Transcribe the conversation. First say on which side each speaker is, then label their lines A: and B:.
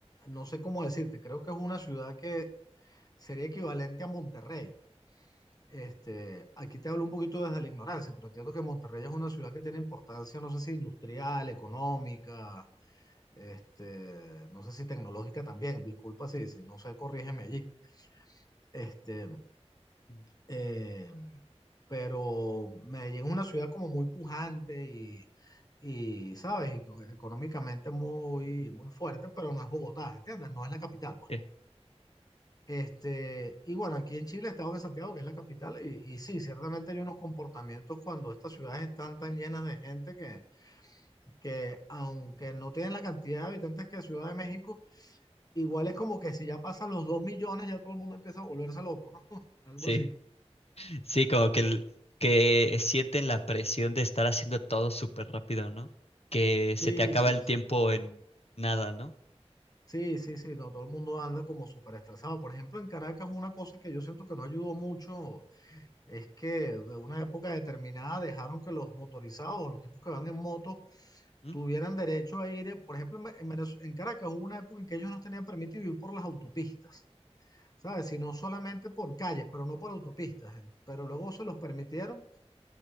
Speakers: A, on the left; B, on the left.
A: no sé cómo decirte, creo que es una ciudad que sería equivalente a Monterrey. Este, aquí te hablo un poquito desde la ignorancia, pero entiendo que Monterrey es una ciudad que tiene importancia, no sé si industrial, económica, este, no sé si tecnológica también, disculpa si, si no sé, corrígeme allí. Este,
B: Mm,
A: eh, pero Medellín es una ciudad como muy pujante y, y ¿sabes? Y co- económicamente muy, muy fuerte, pero no es Bogotá, ¿entiendes? No es la capital, pues.
B: eh,
A: Este, y bueno, aquí en Chile, Estado de Santiago, que es la capital, y, y sí, ciertamente hay unos comportamientos cuando estas ciudades están tan llenas de gente que, que aunque no tienen la cantidad de habitantes que Ciudad de México, Igual es como que si ya pasan los dos millones, ya todo el mundo empieza a volverse loco, ¿no? <laughs> Algo
B: Sí,
A: así.
B: <laughs> sí, como que, el- que sienten la presión de estar haciendo todo súper rápido, ¿no? Que se
A: Sí,
B: te acaba
A: sí,
B: el
A: sí.
B: tiempo en nada, ¿no?
A: Sí, sí, sí. No, todo el mundo anda como súper estresado. Por ejemplo, en Caracas, una cosa que yo siento que no ayudó mucho es que de una época determinada dejaron que los motorizados o los tipos que van en moto
B: Mm,
A: tuvieran derecho a ir. eh, Por ejemplo, en, Ve- en Venezue- en Caracas hubo una época en que ellos no tenían permitido ir por las autopistas, ¿sabes? Sino solamente por calles, pero no por autopistas. en- Pero luego se los permitieron